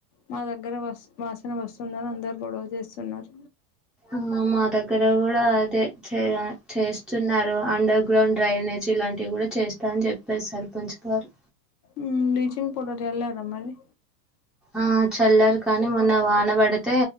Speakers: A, on the left; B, in the centre.
A: మా దగ్గర వస్ వాసన వస్తుందని అందరు గొడవ చేస్తున్నారు
B: ఉమ్మ్ మా దగ్గర కూడా చేయా చేస్తున్నారు అండ గ్రౌండ్ డ్రైనేజ్ ఇలాంటివి కూడా చేస్తా అని చెప్పా సర్పంచ్ గారు
A: ఉమ్మ్ బ్లీచింగ్ పౌడర్ జల్లారా మరిరి
B: ఆ చ్ చల్లారు కానీ మొన్న వానబడితే